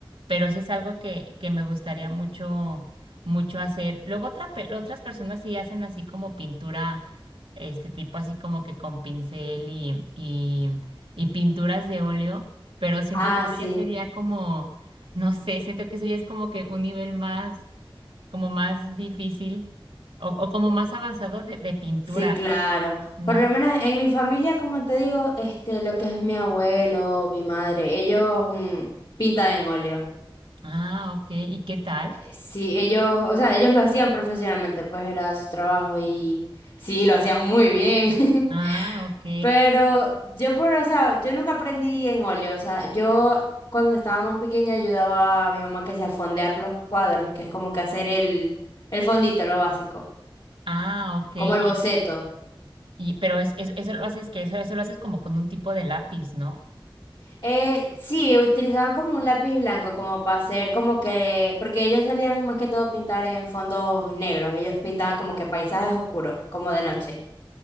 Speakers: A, on the right; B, on the left.
A: Pero sí es algo que, que me gustaría mucho, mucho hacer. Luego otra, pe- otras personas sí hacen así como pintura, este tipo así como que con pincel y, y, y pinturas de óleo, pero siento
B: Ah,
A: que eso
B: sí,
A: ya sería como, no sé, siento que eso ya es como que un nivel más, como más difícil o, o como más avanzado de, de pintura,
B: sí, claro.
A: ¿no?
B: Por lo menos en mi familia, como te digo, este, lo que es mi abuelo, mi madre, ellos mm, pintan en óleo.
A: Ah, ok. ¿Y qué tal?
B: Sí, ellos, o sea, ellos lo hacían profesionalmente, pues era su trabajo y sí, lo hacían muy bien. <laughs>
A: Ah, ok.
B: Pero yo por, o sea, yo nunca aprendí en óleo, o sea, yo cuando estaba más pequeña ayudaba a mi mamá que sea a fondear los cuadros, que es como que hacer el, el fondito, lo básico,
A: Ah, ok.
B: como el
A: Y,
B: boceto.
A: y, pero es, es- eso lo haces que eso, eso lo haces como con un tipo de lápiz, ¿no?
B: Eh, sí, utilizaban como un lápiz blanco, como para hacer como que, porque ellos solían más que todo pintar en fondos negros, ellos pintaban como que paisajes oscuros, como de noche.